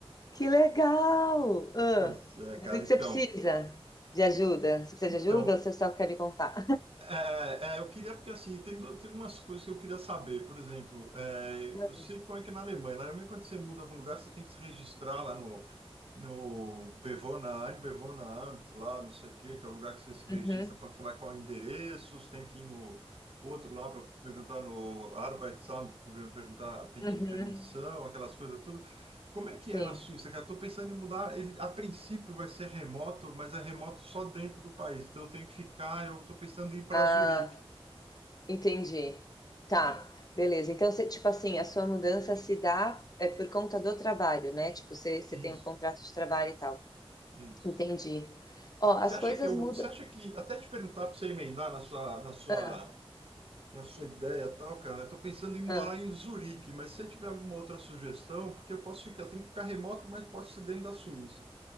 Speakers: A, on the left (about 40°); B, on the right (about 65°).
A: Que legal! Ah,
B: Pois é,
A: mas
B: cara.
A: o que
B: Então,
A: você precisa de ajuda?
B: e-
A: Você precisa
B: então
A: de ajuda ou você só quer me contar?
B: É, é, eu queria, porque assim, tem, do- tem umas coisas que eu queria saber. Por exemplo, é,
A: <laughs>
B: eu sei como é que é na Alemanha, na Alemanha, quando você muda para um lugar, você tem que se registrar lá no, no Bewohnerin, Bewohneramt, lá, não sei o quê, que é o lugar que você se registra
A: Uhum,
B: para falar qual é o endereço, você tem que ir no outro lá para perguntar no Arbeitsamt, para perguntar, pedir
A: uhum,
B: permissão, aquelas coisas tudo. Como é que
A: sim.
B: é na Suíça, cara? Eu tô pensando em mudar. Ele, a princípio vai ser remoto, mas é remoto só dentro do país. Então eu tenho que ficar. Eu tô pensando em ir para
A: Ah,
B: Zurique.
A: entendi. Tá,
B: É,
A: beleza. Então, você, tipo assim, a sua mudança se dá é, por conta do trabalho, né? Tipo, você, você
B: isso,
A: tem um contrato de trabalho e tal.
B: isso.
A: Entendi. Ó, as
B: Você acha
A: coisas
B: que eu,
A: mudam.
B: você acha que até te perguntar para você emendar na sua, na sua,
A: Ah,
B: na sua ideia e tal, cara? Eu tô pensando em morar
A: ah.
B: em Zurique, mas se você tiver alguma outra sugestão, porque eu posso ficar, eu tenho que ficar remoto, mas posso ser dentro da Suíça.